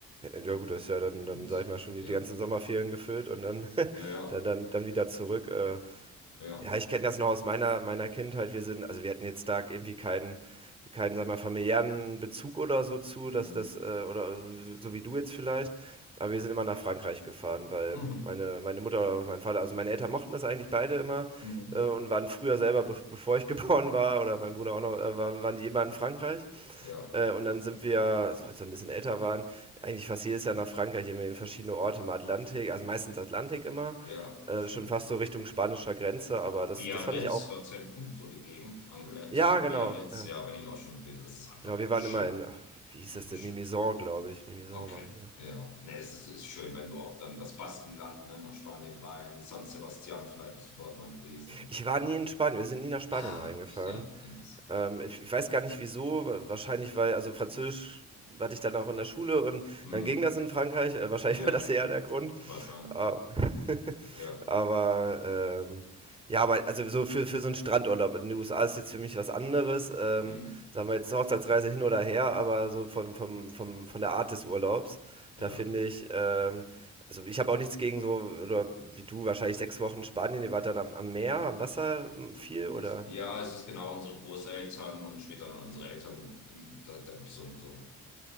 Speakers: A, on the right; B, on the left.
A: Ja gut, das ist ja dann, dann
B: Und
A: sag ich mal, schon die,
B: ja,
A: die ganzen Sommerferien gefüllt und dann,
B: ja,
A: <laughs>
B: ja.
A: dann, dann, dann wieder zurück. Äh,
B: ja.
A: Ja, ich kenne das noch aus meiner, meiner Kindheit. Wir sind, also wir hatten jetzt da irgendwie keinen, keinen, sag mal, familiären Bezug oder so zu, dass
B: Mhm.
A: das, äh, oder so, so wie du jetzt vielleicht. Aber wir sind immer nach Frankreich gefahren, weil
B: Mhm.
A: meine, meine Mutter oder mein Vater, also meine Eltern mochten das eigentlich beide immer
B: Mhm.
A: äh, und waren früher selber, be bevor ich <laughs> geboren war, oder mein Bruder auch noch, äh, waren, waren die immer in Frankreich.
B: Ja,
A: Äh, und dann sind wir, so als wir ein bisschen älter waren, eigentlich fast jedes Jahr nach Frankreich, immer in verschiedene Orte im Atlantik, also meistens Atlantik immer,
B: ja,
A: äh,
B: schön.
A: schon fast so Richtung spanischer Grenze, aber das,
B: Biarritz
A: das fand ich auch.
B: dort hinten, so die Gegend, Anglet
A: Ja,
B: und
A: genau,
B: Biarritz,
A: ja.
B: ja, bin ich auch schon gewesen. Das ist einfach
A: Genau, wir
B: schön.
A: waren immer in, wie hieß
B: Das ist
A: das
B: einfach
A: denn?
B: schön.
A: Mimizan, glaube ich. Mimizan
B: Okay.
A: waren wir.
B: Ja, ne, es ist, ist schön, wenn du auch dann das Baskenland, ne, nach Spanien rein, San Sebastian, vielleicht bist du dort mal gewesen oder
A: Ich
B: so.
A: war nie in Spanien, wir sind nie nach Spanien
B: Ah,
A: reingefahren.
B: ja, ja.
A: Ähm, ich, ich weiß gar nicht wieso, wa- wahrscheinlich weil, also Französisch hatte ich dann auch in der Schule und
B: Mhm.
A: dann ging das in Frankreich, äh, wahrscheinlich
B: Ja,
A: <laughs> war das eher der Grund.
B: wahrscheinlich.
A: Ah, <laughs>
B: Ja,
A: Aber ähm, ja, aber also so für, für so einen Strandurlaub in den USA ist jetzt für mich was anderes. Ähm,
B: mhm.
A: sagen wir jetzt Hochzeitsreise hin oder her, aber so von, vom, vom, von der Art des Urlaubs,
B: Ja.
A: da finde ich, ähm, also ich habe auch nichts gegen so, oder wie du, wahrscheinlich sechs Wochen Spanien, ihr wart dann am, am Meer, am Wasser m, viel oder?
B: Ja, es ist genau unsere Großeltern und später dann unsere Eltern. ähm, Da, da gibt es so ein, so ein